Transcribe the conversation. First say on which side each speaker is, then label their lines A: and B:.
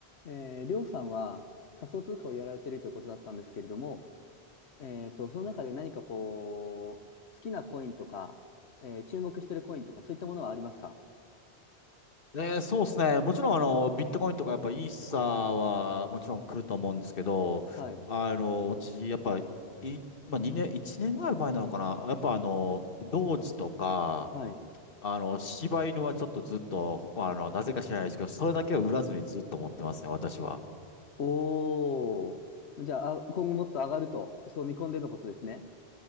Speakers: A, on the left; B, on the left.
A: えー、りょうさんは仮想通貨をやられているということだったんですけれども、えーと、その中で何かこう、好きなコインとか、えー注目しているコインとか、そういったものはありますか
B: えーそうですね。もちろん、あの、ビットコインとか、やっぱ、イーサーは、もちろん来ると思うんですけど、
A: はい。
B: あの、私、やっぱ、い、まあ、2年、1年ぐらい前なのかな。やっぱ、あの、同時とか、
A: はい。
B: あの、柴犬はちょっとずっと、あの、なぜか知らないですけど、それだけは売らずにずっと持ってますね、私は。
A: おー。じゃあ、あ今後もっと上がると、そう見込んでのことですね。